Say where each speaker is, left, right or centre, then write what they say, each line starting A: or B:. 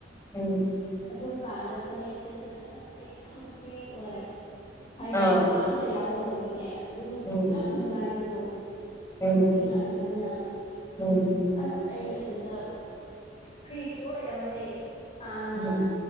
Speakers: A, on the left (about 15°); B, on the left (about 35°).
A: ꯎꯝ
B: ꯑꯗꯨꯝ ꯀꯥꯟꯗ ꯐꯅꯦꯛ ꯁꯦꯠꯄꯗ ꯑꯁ ꯑꯩ ꯀꯌꯥꯝ ꯐ꯭ꯔꯤ ꯑꯣꯏ ꯍꯥꯏꯗꯤ
A: ꯑꯥ
B: ꯅꯨꯄꯥ ꯑꯝꯇ ꯌꯥꯎꯗꯕꯒꯤꯅꯦ ꯑꯗꯨꯝ
A: ꯎꯝ
B: ꯌꯥꯝ ꯅꯨꯡꯉꯥꯏꯕꯗꯣ
A: ꯎꯝ
B: ꯅꯨꯄꯤ ꯉꯥꯛꯇꯅꯤꯅ
A: ꯎꯝ
B: ꯑꯁ ꯑꯩ ꯑꯗꯨꯗ ꯐ꯭ꯔꯤ ꯈꯨꯑꯣꯏ ꯑꯃꯅꯦ ꯍꯥꯟꯅ
A: ꯎꯝ
B: ꯍꯥꯟꯅ